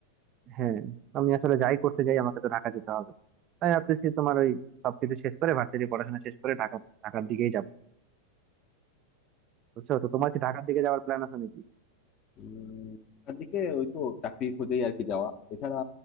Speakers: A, on the right; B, on the left.
A: হ্যাঁ আমি আসলে যাই করতে যাই আমাকে তো ঢাকা যেতে হবে তাই ভাবতেছি তোমার ওই সবকিছু শেষ করে ভার্সিটি পড়াশোনা শেষ করে ঢাকা ঢাকার দিকেই যাবো বুঝছো তো তোমার কি ঢাকার দিকে যাওয়ার প্ল্যান আছে নাকি
B: উম, ঢাকার দিকে ওই তো চাকরি খুঁজেই আর কি যাওয়া এছাড়া